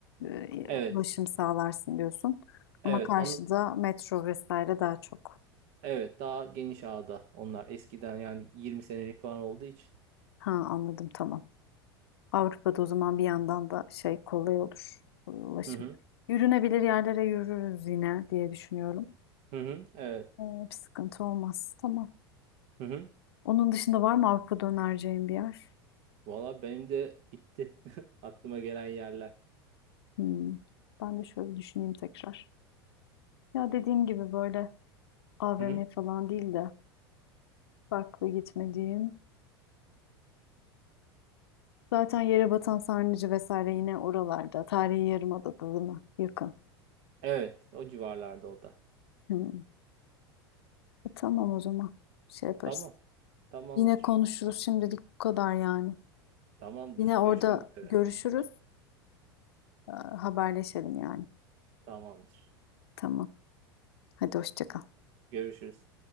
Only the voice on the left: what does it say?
e,
ulaşım sağlarsın diyorsun.
Ama karşıda
metro vesaire daha çok.
Ha anladım tamam. Avrupa'da o zaman bir yandan da şey kolay olur e, ulaşım.
Yürünebilir yerlere yürürüz yine diye düşünüyorum.
Ee, bir sıkıntı olmaz. Tamam.
Onun dışında var mı Avrupa'da önereceğim bir yer?
Hmm. Ben de şöyle bir düşüneyim tekrar. Ya dediğim gibi böyle AVM
falan değil de farklı gitmediğim Zaten yere batan Sarnıcı vesaire yine oralarda. Tarihi Yarımada'da değil mi? Yakın.
Hmm. E, tamam o zaman. Şey yaparız.
Yine konuşuruz. Şimdilik bu kadar yani.
Yine orada
görüşürüz. Ee, haberleşelim yani.
Tamam. Hadi hoşça kal.